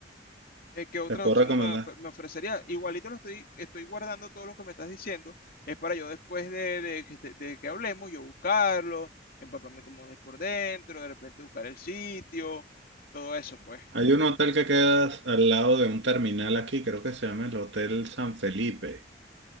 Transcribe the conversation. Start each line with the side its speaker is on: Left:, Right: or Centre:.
Left: eh, ¿qué otras
Right: les puedo
Left: opciones
Right: recomendar.
Left: me, of- me ofrecería? Igualito lo estoy, estoy guardando todos los que me estás diciendo, es para yo después de, de que te- de que hablemos, yo buscarlo, empaparme como es por dentro, de repente buscar el sitio, todo eso, pues,
Right: Hay un hotel que queda al lado de un terminal aquí, creo que se llama el Hotel San Felipe.